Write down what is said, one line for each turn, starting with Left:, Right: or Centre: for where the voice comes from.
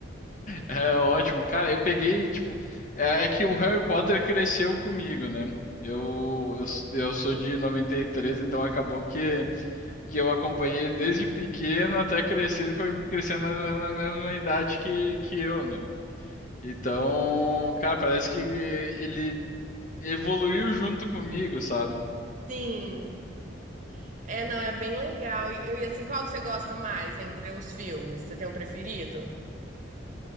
Left: É ótimo. Cara, eu peguei, tipo, é, é que o Harry Potter cresceu comigo, né? Eu, eu, eu sou de 93, então acabou que, que eu acompanhei ele desde pequeno até crescer. Ele foi crescendo mais ou menos na mesma idade que, que eu, né? Então, cara, parece que ele evoluiu junto comigo, sabe?
Right: Sim. É, não, é bem legal. E, e assim, qual que você gosta mais entre os filmes? Você tem um preferido?